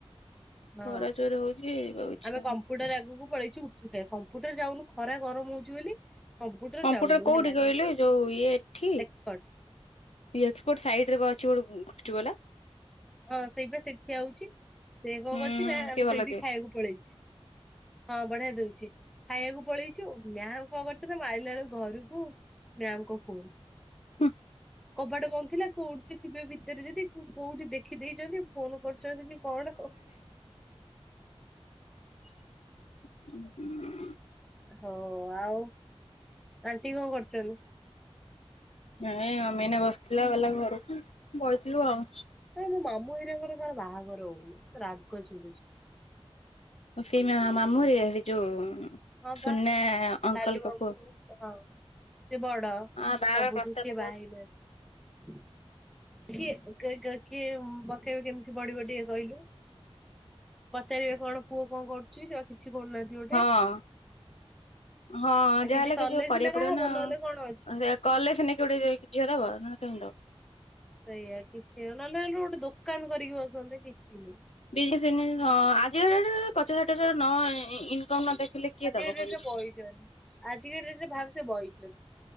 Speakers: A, in the centre; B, on the left.
A: ହଁ
B: ଖରା ଜୋରେ ହଉଛି ଆଉ ଇଚ୍ଛା
A: ଆମେ କମ୍ପ୍ୟୁଟର ଆଗକୁ ପଳେଇୁଚୁ ଖ କମ୍ପୁଟର ଯାଉନୁ ଖରା ଗରମ ହଉଛି ବୋଲି।
B: କମ୍ପ୍ୟୁଟର
A: ଯାଉନୁ
B: କୋଉଠି
A: ହେଲା
B: କହିଲେ ଯୋଉ ଇଏ ଏଠି।
A: ଏକ୍ସପର୍ଟ
B: ଏକ୍ସପୋର୍ଟ ସାଇଟ ରେ ବା ଅଛି ଗୁପଚୁପ ବାଲା।
A: ହଁ ସେଇପା ସେଇଠି ଆଉଛି ସେ କଣ
B: ହୁଁ
A: କରୁଛି ନା
B: ସିଏ
A: ଆମେ
B: ଭଲ
A: ସେଇଠି
B: ଦିଏ
A: ଖାଇବାକୁ ପଳେଇଛୁ। ହଁ ବଢିଆ ଦଉଛି ଖାଇବାକୁ ପଳେଇଛୁ ମ୍ୟାମ କଣ କରିଥିଲେ ନା ମାରିଲା ବେଳକୁ ଘରକୁ ରାମ କ ଫୋନ।
B: ହୁଁ।
A: କବାଟ କଣ ଥିଲା କୋଉଠି ସେ ଥିବେ ଭିତରେ ଯଦି କୋଉଠି ଦେଖିଦେଇଛନ୍ତି ଫୋନ କରୁ ଚନ୍ତି କି କବାଟ ଖୋଲ।
B: ହଁ।
A: ହଁ ଆଉ ଆଣ୍ଟି କଣ କରୁଛନ୍ତି?
B: ନାଇଁ ମମି ଏଇନା ବସିଥିଲା ଗଲା ଘରକୁ ବଇଥିଲୁ ଆଉ।
A: ନାଇଁ ମୋ ମାମୁଁ ଏରାଙ୍କର କଣ ବାହାଘର ହଉନି ରାଗ ଚିଡୁଛି।
B: ସେ ମା ମାମୁ ହରୀକା ସେ ଯୋଉ
A: ହଁ
B: ସୁନା
A: ବା
B: ଅଙ୍କଲଙ୍କ
A: ଲାଲୁ ମାମୁ
B: ପୁଅ
A: ହଁ। ସେ ବଡ
B: ହଁ ବାହାଘର
A: ସବୁଠୁ
B: ପ୍ରସ୍ତାବ
A: ସେ
B: କହୁନ
A: ବାହା ହେଇ ନାଆ କିଏ କେ ଜାଣେ କିଏ ପକେଇବେ କେମିତି ବଢିବ ଟିକେ କହିଲୁ? ପଚାରିବେ କଣ ପୁଅ କଣ କରୁଚି, ସେ ବା କିଛି କରୁନାହାନ୍ତି ଗୋଟେ।
B: ହଁ ହଁ
A: ଆଉ
B: ଯାହାହେଲେ
A: କଲେ
B: କିଛି କରିବାକୁ
A: ସିନା କାହା
B: ପଡିବ
A: ହବ
B: ନା,
A: ନହେଲେ କଣ ଅଛି
B: ସେ କଲେ ସିନା କିଏ ଗୋଟେ ଯାଇକି ଝିଅ ଦବ। କିମ୍ ଦବ?
A: ସେଇଆା କିଛିଉ ନହେଲେ ଗୋଟେ ଦୋକାନ କରିକି ବସନ୍ତେ କିଛି ନାଇଁ।
B: ବିଲ୍ଡି ଫିଲ୍ଡି ହଁ ଆଜିକା ଡେଟ୍ ରେ ପଚାଶହଜାର ନ ଇ ଇନ ଇନକମ୍ ନ ଦେଖିଲେ କିଏ
A: ଆଜିକା
B: ଦବ
A: ଡେଟରେ
B: କହିଲୁ।
A: ବଇଚନ୍ତି ଆଜିକା ଡେଟରେ ଭାବ ସେ ବଇଚନ୍ତି।